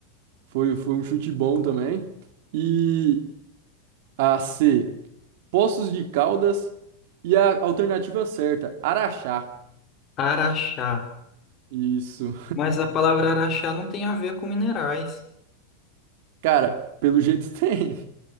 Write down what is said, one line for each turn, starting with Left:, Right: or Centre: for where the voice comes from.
Right: foi, foi um chute bom também. E a C, Poços de Caldas. E a alternativa certa, Araxá.
Left: Araxá.
Right: Isso.
Left: Mas a palavra araxá não tem a ver com minerais.
Right: Cara, pelo jeito <laughs> tem.